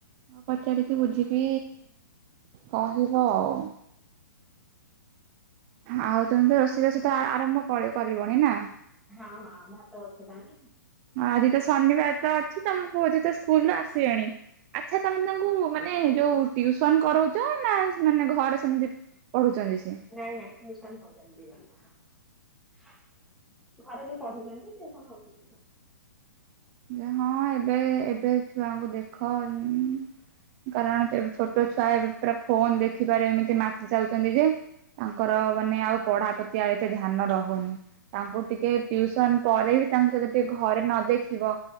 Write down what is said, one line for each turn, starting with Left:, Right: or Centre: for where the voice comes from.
Right: ହଁ ପଚାରିକି ବୁଝିକି କହିବ
Centre: ହଁ
Right: ଆଉ। ଆଉ ତମେ ତ ରୋଷେଇ ବାସ ତ ଆ ଆରମ୍ଭ କରି କରିବନି ନା।
Centre: ହଁ ହଁ ଭାତ ବସେଇ ପାଣି
Right: ଆଜି ତ ଶନିବାର ତ ଅଛି ତମଁ କୁହୁଛି ତ ସ୍କୁଲୁ ଆସିବେଣି। ଆଚ୍ଛା ତମେ ତାଙ୍କୁ ମାନେ ଯୋଉ ଟ୍ୟୁସନ କରଉଛ ନା ସେମାନେ ଘରେ ସେମିତି ପଢୁଛନ୍ତି ସିଏ
Centre: ନାଇଁ ନାଇଁ ଟ୍ୟୁସନ ହ <unintelligible> ଘରେ ବି ପଢୁଛନ୍ତି ଟ୍ୟୁସନ ହଉଛନ୍ତି। ହଁ।
Right: ଯା ହଁ ଏବେ ଏବେ ଛୁଆଙ୍କୁ ଦେଖ ଉଁ କାରଣ କେ ଛୋଟ ଛୋଟ ଛୁଆ ଏବେ ପୁରା ଫୋନ ଦେଖିବାରେ ଏମିତି ମାତି ଯାଉଛନ୍ତି ଯେ ତାଙ୍କର ମାନେ ଆଉ ପଢା ପ୍ରତି ଆଉ ଏତେ ଧ୍ୟାନ ରହୁନି। ତାଙ୍କୁ ଟିକେ ଟ୍ୟଉସନ ପରେ ବି ତାଙ୍କୁ ଯଦି ଟିକେ ଘରେ ନ ଦେଖି ଥିବ।